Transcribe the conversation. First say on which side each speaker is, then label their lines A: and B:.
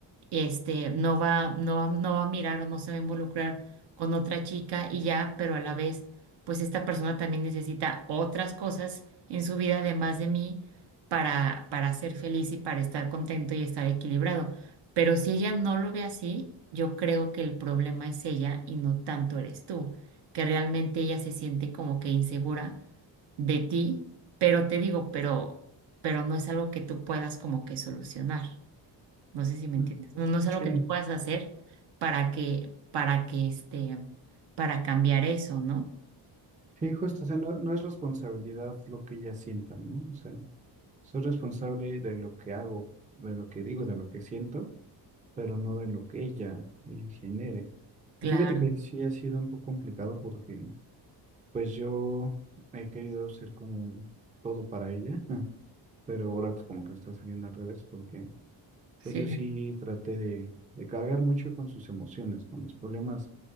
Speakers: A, on the right (about 60°); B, on the right (about 15°).
A: este, no va, no, va- no va a mirar o no se va a involucrar con otra chica y ya, pero a la vez, pues esta persona también necesita otras cosas en su vida además de mí para, para ser feliz y para estar contento y estar equilibrado. Pero si ella no lo ve así, yo creo que el problema es ella y no tanto eres tú, que realmente ella se siente como que insegura de ti, pero te digo, pero, pero no es algo que tú puedas como que solucionar. No sé si me
B: Mm,
A: entiendes. No, no es algo
B: Sí,
A: que tú puedas hacer para que, para que este, para cambiar eso, ¿no?
B: sí, justo, o sea, no, no es responsabilidad lo que ellas sientan, ¿no? O sea, soy responsable de lo que hago, de lo que digo, de lo que siento. pero no de lo que ella eh, genere.
A: Claro,
B: Y fíjate que sí ha sido un poco complicado porque pues yo he querido ser como todo para ella, <laughs> pero ahora pues como que me está saliendo al revés porque
A: sí,
B: pues yo sí traté de, de cargar mucho con sus emociones, con los problemas